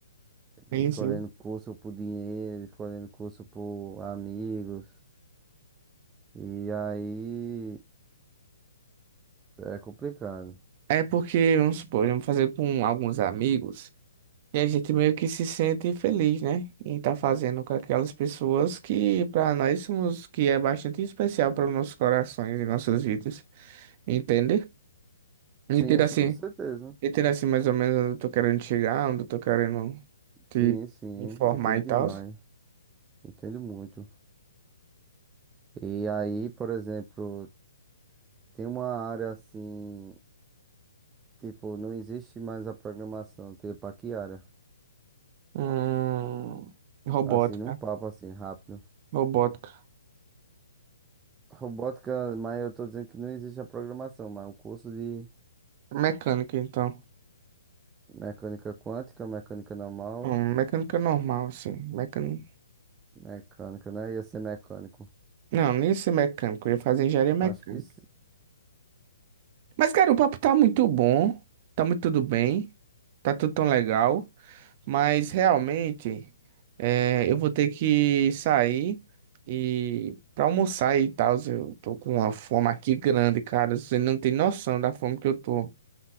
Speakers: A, on the right; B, on the right.
A: Sim,
B: Escolhendo
A: sim.
B: curso por dinheiro, escolhendo curso por amigos. E aí é complicado.
A: É porque, vamos supor, vamos fazer com alguns amigos e a gente meio que se sente feliz, né? Em estar fazendo com aquelas pessoas que para nós somos, que é bastante especial para nossos corações e nossas vidas. Entende? Entende
B: Sim, sim,
A: assim?
B: com certeza.
A: Entendo assim mais ou menos onde eu tô querendo chegar, onde eu tô querendo te
B: Sim, sim,
A: informar
B: entendo
A: e
B: demais.
A: tal.
B: Entendo muito. E aí, por exemplo, tem uma área assim, tipo, não existe mais a programação. Tu ia pra que área?
A: Hum, robótica.
B: Assim, num papo assim, rápido.
A: Robótica.
B: Robótica, mas eu tô dizendo que não existe a programação, mas um curso de
A: Mecânica, então.
B: mecânica quântica, mecânica normal.
A: Hum, mecânica normal, assim. Mecânica...
B: Mecânico, né? Ia ser mecânico.
A: Não, nem ia ser mecânico. Eu ia fazer engenharia mecânica.
B: Acho que sim.
A: Mas, cara, o papo tá muito bom. Tá muito tudo bem. Tá tudo tão legal. Mas realmente, eh, eu vou ter que sair e para almoçar e tal. Eu tô com uma fome aqui grande, cara. Você não tem noção da fome que eu tô.